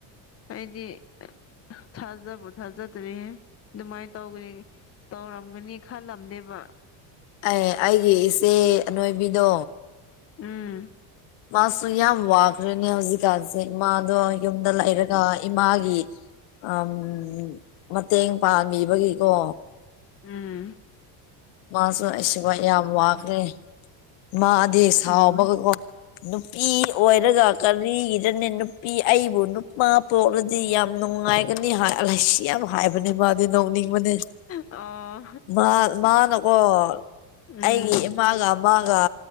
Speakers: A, on the left (about 30°); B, on the left (about 65°).
A: ꯑꯩꯗꯤ ꯊꯥꯖꯕꯨ ꯊꯥꯖꯗ꯭ꯔꯤ ꯗꯨꯃꯥꯏꯟ ꯇꯧꯒꯅꯤ ꯇꯧꯔꯝꯒꯅꯤ ꯈꯜꯂꯝꯗꯦꯕ
B: ꯑꯦ ꯑꯩꯒꯤ ꯏꯆꯦ ꯑꯅꯣꯏꯕꯤꯗꯣ
A: ꯎꯝ
B: ꯃꯥꯁꯨ ꯌꯥꯝ ꯋꯥꯈ꯭ꯔꯦꯅꯦ ꯍꯧꯖꯤꯛꯀꯥꯟꯁꯦ ꯃꯥꯗꯣ ꯌꯨꯝꯗꯥ ꯂꯩꯔꯒꯥ ꯏꯃꯥꯒꯤ ꯑꯝ ꯃꯇꯦꯡ ꯄꯥꯡꯕꯤꯕꯒꯤꯀꯣ
A: ꯎꯝ
B: ꯃꯥꯁꯨ ꯑꯩꯁꯨꯕ ꯌꯥꯝ ꯋꯥꯈ꯭ꯔꯦ ꯃꯥꯗꯤ ꯁꯥꯎꯕꯒꯒꯣ
A: ꯎꯝ
B: ꯅꯨꯄꯤ ꯑꯣꯏꯔꯒ ꯀꯔꯤꯒꯤꯔꯅꯦ ꯅꯨꯄꯤ ꯑꯩꯕꯨ ꯅꯨꯄꯥ ꯄꯣꯛꯂꯗꯤ ꯌꯥꯝ ꯅꯨꯡꯉꯥꯏ ꯒꯅꯤ ꯍꯥꯏ ꯂꯩꯁꯤ ꯌꯥꯝ ꯍꯥꯏꯕꯅꯦ ꯃꯥꯗꯤ ꯅꯣꯛꯅꯤꯡꯕꯅꯦ
A: ꯑꯣ
B: ꯃꯥ ꯃꯥꯅ ꯑꯣ
A: ꯎꯝ
B: ꯑꯩꯒꯤ ꯏꯝ ꯃꯥꯒ ꯃꯥꯒ